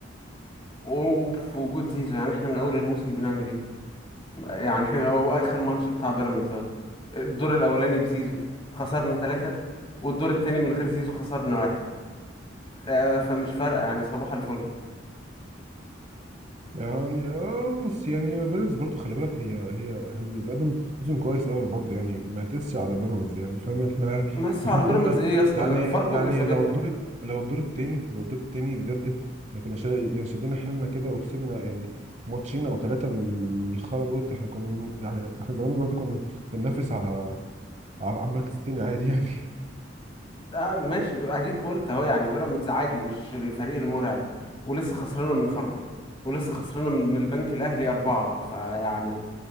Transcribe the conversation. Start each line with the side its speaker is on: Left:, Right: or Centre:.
Left: وفي وجود زيزو يعني احنا من اول الموسم بنعمل ايه يعني <laughs> هو اخر ماتش بتاع بيراميدز اهو الدور الاولاني بزيزو خسرنا ثلاثة والدور التاني من غير زيزو خسرنا واحد آه، فمش فارقة يعني صباح الفل
Right: يعني اه بس يعني بيراميدز برضو خلي بالك هي هي هي بتقدم موسم كويس قوي برضو يعني ما تقسش على بيراميدز يعني فاهم احنا
Left: مقيسها
Right: احنا
Left: على
Right: كنا
Left: بيراميدز ايه يا اسطى
Right: يعني
Left: ده فاركو
Right: يعني
Left: كسبتها
Right: لو الدور لو الدور التاني لو الدور التاني بجد لو كنا شا- يعني شدينا حيلنا كده وكسبنا يعني ماتشين او ثلاثه من الخرا دول احنا كنا م- يعني احنا زمان دلوقتي كنا بننافس على على على المركز التاني عادي يعني
Left: آه، ماشي ب- اديك قلت اهو يعني بيراميدز عادي مش الفريق المرعب ولسه خسرانة من فاركو ولسه خسرانة من من البنك الاهلي اربعة فيعني